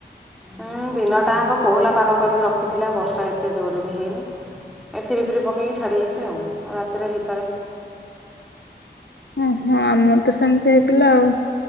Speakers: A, in the centre; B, on the left.
A: ହୁଁ ଦିନଟାଙ୍କ କୋହଲା ପାଗ କରିକି ରଖିଥିଲା ବର୍ଷା ଏତେ ଜୋରରେ ବି ହେଇନି ଏ ଫିରି ଫିରି ପକେଇକି ଛାଡ଼ିଯାଇଛି ଆଉ। ରାତିରେ ହେଇପାରେ।
B: ଓହୋ ଆମର ତ ସେମିତି ହେଇଥିଲା ଆଉ।